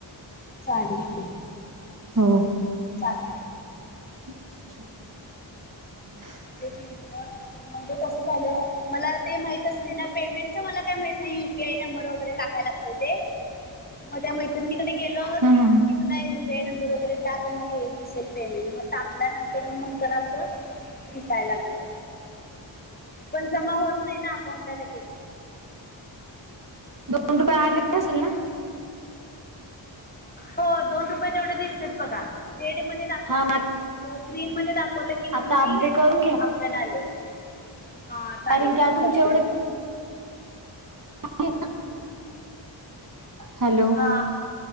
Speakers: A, on the left; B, on the right.
A: चालेल की
B: हो
A: चालेल
B: <unintelligible>
A: तेच म्हटलं म्हणजे कसं झालं मला ते माहितच नाही ना पेमेंटच मला काय माहीत नाही युपीआय नंबर वगैरे टाकाय लागतोय ते. मग त्या मैत्रिणीकडे गेलो
B: हम्म
A: ती म्हटली
B: हम्म.
A: मला पे नंबर वगैरे टाक मग दिसेल पेमेंट मग टाकल्यानंतर मग जरास दिसाय लागल पण जमा होत नाही ना अकाउंटला लगेच
B: दोन रुपये आले असल ना
A: हो दोन रुपये तेवढे दिसत बघा रेड मध्ये मग
B: हा म
A: ग्रीन मध्ये दाखवलं की
B: आता
A: म्हटली
B: अपडेट करून घ्या
A: आपल्याला आले. हा चालेल
B: कारण
A: की
B: तुमचे
A: करते
B: एवढे
A: की.
B: <unintelligible> हॅलो
A: हा